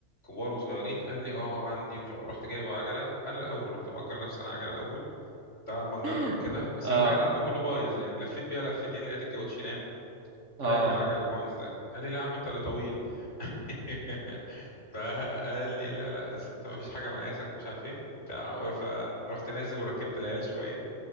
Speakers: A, on the left; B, on the right.
A: كبار وصغيرين قال لي اه عندي مش عارف. رحت جايب عجلة انا الاول رحت مأجر نفسي انا عجلة الاول تعالى اما نجرب
B: <laughs>
A: كده بس
B: اه
A: العجل عنده كله بايظ يعني لفيت بيها لفتين لقيت الكاوتش نام قلت
B: اه
A: له يا عم العجل البايظ ده قال لي لا يا عم انت اللي طويل <laughs> فقال لي لا لا اصل انت ما فيش حاجه مقاسك ومش عارف ايه وبتاع فرحت نازل وركبت العيال شويه